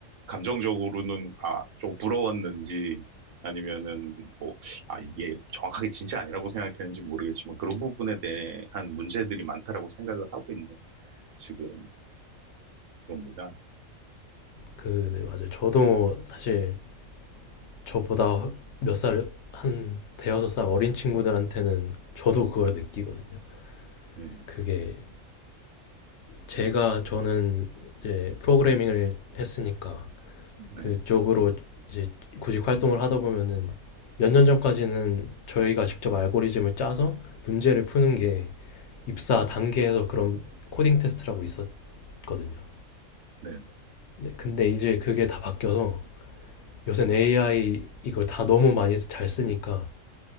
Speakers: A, on the right; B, on the left.
A: 감정적으로는 아, 좀 부러웠는지 아니면은 뭐 아, 이게 정확하게 진짜 아니라고 생각했는지 모르겠지만 그런 부분에 대한 문제들이 많다라고 생각을 하고 있는 지금 겁니다.
B: 그 네, 맞아요. 저도 사실 저보다 몇 살 한 대여섯 살 어린 친구들한테는 저도 그걸 느끼거든요.
A: 음,
B: 그게 제가 저는 이제 프로그래밍을 했으니까
A: 네,
B: 그쪽으로 이제 구직 활동을 하다 보면은 몇 년 전까지는 저희가 직접 알고리즘을 짜서 문제를 푸는 게 입사 단계에서 그런 코딩 테스트라고 있었거든요.
A: 네, 네.
B: 네, 근데 근데 이제 그게 다 바뀌어서 요새는 AI 이걸 다 너무 많이 잘 쓰니까